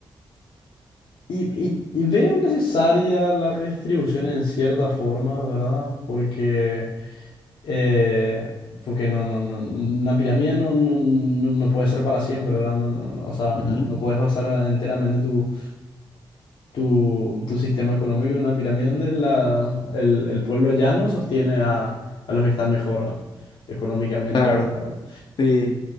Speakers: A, on the left (about 85°); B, on the left (about 65°).
A: Y, y- y veo necesaria la redistribución en cierta forma, ¿verdad? Porque, eh, porque no, no, no, una pirámide no, no, no no puede ser para siempre, ¿verdad? No, no, no, o sea,
B: Ujú.
A: no puedes basar enteramente tu, tu, tu sistema económico en una pirámide donde la, el, el pueblo llano sostiene a, a los que están mejor ¿no? económicamente.
B: Claro,
A: ¿verdad?
B: sí.